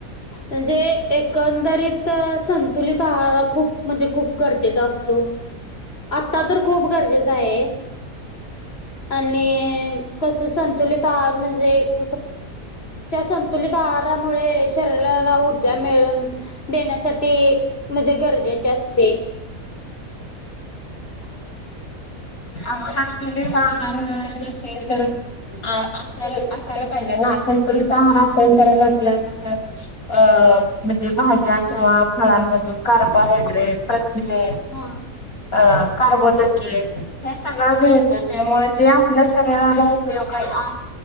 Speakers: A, on the left; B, on the left.
A: म्हणजे एकंदरीत संतुलित आहार खूप म्हणजे खूप गरजेचा असतो. आता तर खूप गरजेचं आहे. आणि कस संत तुलीत आहार म्हणजे त्या संतुलित आहारामुळे शरीराला ऊर जा मिळून देण्यासाठी म्हणजे गरजेचे असते. <inaudible>
B: अवसंतुलत आहार नसेल तर. असा असायला पाहिजे ना संतुलित आहार असेल तरच आपलं कसं अ अ म्हणजे भाज्या किंवा फळांमधून कार्बोहायड्रेट हे अ
A: हा.
B: कार्बोदके. हे सगळं मिळतं त्यामुळे जे आपल्या शरीराला उपयोग आहे.